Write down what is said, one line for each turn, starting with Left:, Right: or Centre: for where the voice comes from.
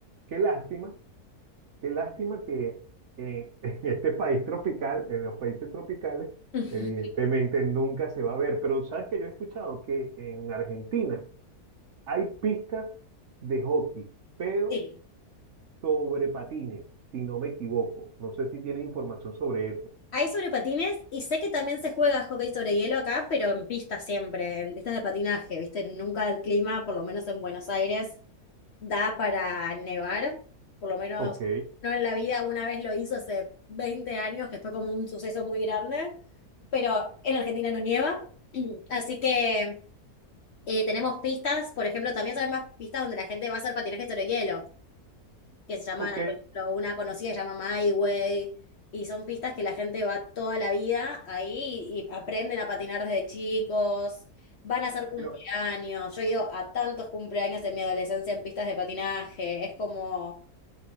Right: qué lástima Qué lástima que eh, <laughs> en este país tropical, en los países tropicales,
Left: <laughs>
Right: evidentemente nunca se va a ver. Pero sabes que yo he escuchado que en Argentina hay pistas de hockey, pero
Left: Sí.
Right: sobre patines, si no me equivoco. No sé si tienes información sobre eso.
Left: Hay sobre patines y sé que también se juega hockey sobre hielo acá, pero en pistas siempre, en pistas de patinaje, ¿viste? Nunca el clima, por lo menos en Buenos Aires, da para nevar, por lo menos
Right: Ok,
Left: no en la vida, una vez lo hizo hace 20 años, que fue como un suceso muy grande, pero en Argentina no nieva, <clears throat> así que eh, tenemos pistas, por ejemplo, también sabemos más pistas donde la gente va a hacer patinaje sobre hielo. que se llaman,
Right: ok.
Left: hay, por ejemplo, una conocida que se llama My Way, y son pistas que la gente va toda la vida ahí y aprenden a patinar desde chicos, van a hacer cumpleaños.
Right: Pero,
Left: Yo he ido a tantos cumpleaños en mi adolescencia en pistas de patinaje, es como